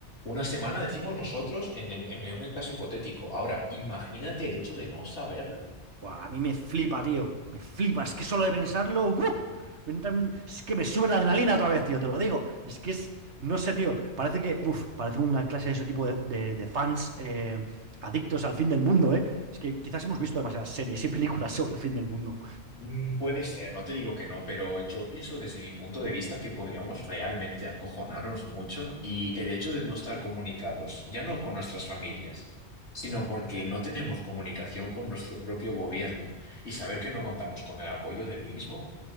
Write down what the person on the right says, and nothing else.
Buah, a mí me flipa, tío. Me flipa. Es que solo de pensarlo. ¡uh! Me entra un- Es que me sube la adrenalina otra vez, tío. Te lo digo. Es que es. No sé, tío. Parece que. Uf, parece una clase de ese tipo de, de- de fans eh, adictos al fin del mundo, ¿eh? Es que quizás hemos visto demasiadas series y películas sobre el fin del mundo.